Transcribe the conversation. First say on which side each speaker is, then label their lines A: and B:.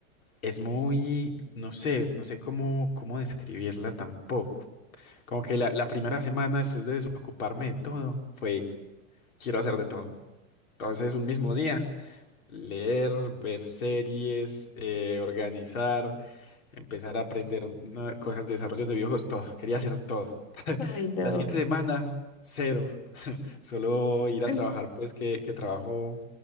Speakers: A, on the left (about 80°); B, on the left (about 45°).
A: Es muy, no sé, no sé cómo, cómo describirla tampoco. Como que la, la primera semana después de desocuparme de todo fue, quiero hacer de todo. Entonces, un mismo día, leer, ver series, eh, organizar, empezar a aprender nue- cosas de desarrollos de videojuegos, todo. Quería hacer todo.
B: Ay, no.
A: La siguiente semana, cero. Solo ir a
B: <clears throat>
A: trabajar, pues que, que trabajo